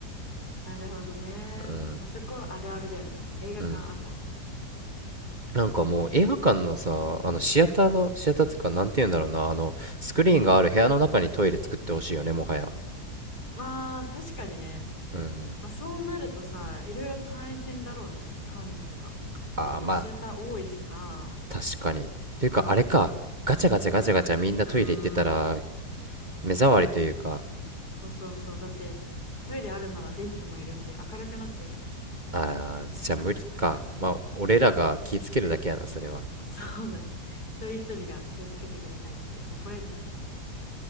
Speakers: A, on the left; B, on the right.
A: なるほどね。
B: うん。
A: まあ、そこあるあるだよね。映画館あるある。
B: うん。なんかもう映画館のさ、あのシアターの、
A: うん。
B: シアターっていうか、なんて言うんだろうな、あの、スクリーンがある部屋の中にトイレ作ってほしいよね、もはや。
A: まあ、確かにね。
B: うん。
A: まあ、そうなるとさ、いろいろ大変だろうね。管理とか。
B: ああ、
A: だって、
B: まあ、
A: シアター多いしさ。
B: 確かに。とていうか、あれか、ガチャガチャガチャガチャみんなトイレ行ってたら、
A: おうーん。
B: 目障りというか、
A: そうそうそう。だって、トイレあるなら電気もいるし、明るくなっちゃうしね。
B: ああ、じゃあ無理か。まあ、俺らが気ぃつけるだけやな、それは。
A: そうだね。一人一人が気をつけてくださいって怒られちゃうね、それきっと。